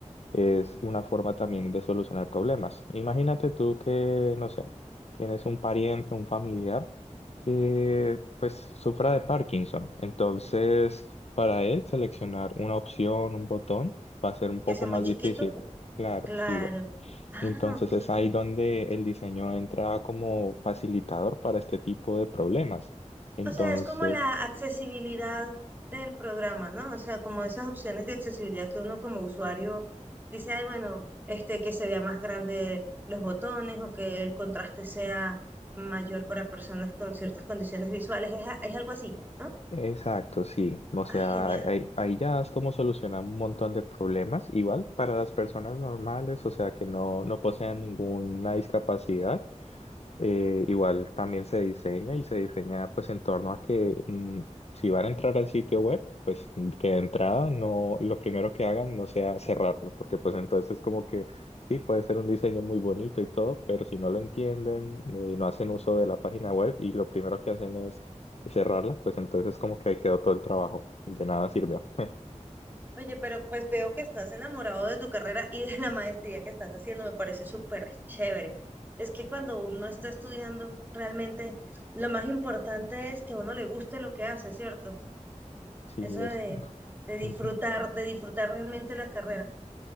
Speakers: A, on the left; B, on the right.
A: es una forma también de solucionar problemas. Imagínate tú que, no sé, tienes un pariente, un familiar que pues sufra de Parkinson. Entonces, para él seleccionar una opción, un botón, va a ser un poco
B: Que sea
A: más
B: muy chiquito.
A: difícil. Claro,
B: Claro.
A: sí,
B: Ah,
A: entonces
B: ok.
A: es ahí donde el diseño entra como facilitador para este tipo de problemas. Entonces,
B: O sea, es como la accesibilidad del programa, ¿no? O sea, como esas opciones de accesibilidad que uno como usuario dice, ay, bueno, este, que se vea más grande los botones o que el contraste sea mayor para personas con ciertas condiciones visuales. Es, a- es algo así, ¿no?
A: exacto, sí. O sea,
B: Ay, genial.
A: ahí, ahí ya es como solucionar un montón de problemas, igual para las personas normales, o sea, que no, no posean ninguna discapacidad. Eh, igual también se diseña y se diseña pues en torno a que mm, si van a entrar al sitio web, pues mm, que de entrada no, lo primero que hagan no sea cerrarlo, porque pues entonces como que sí puede ser un diseño muy bonito y todo, pero si no lo entienden, eh, no hacen uso de la página web y lo primero que hacen es cerrarla, pues entonces como que ahí quedó todo el trabajo, de nada sirvió. <laughs>
B: Oye, pero pues veo que estás enamorado de tu carrera y de la maestría que estás haciendo, me parece súper chévere. Es que cuando uno está estudiando, realmente lo más importante es que a uno le guste lo que hace, ¿cierto?
A: Sí,
B: Eso de,
A: es.
B: de disfrutar,
A: ujú,
B: de disfrutar realmente la carrera.